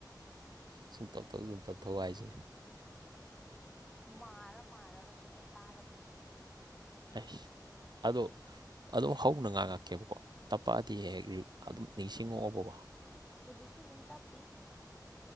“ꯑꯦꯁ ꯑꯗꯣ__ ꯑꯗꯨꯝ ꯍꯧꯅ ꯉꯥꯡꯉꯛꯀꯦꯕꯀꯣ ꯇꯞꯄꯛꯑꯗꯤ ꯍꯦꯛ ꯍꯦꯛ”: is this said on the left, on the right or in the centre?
Right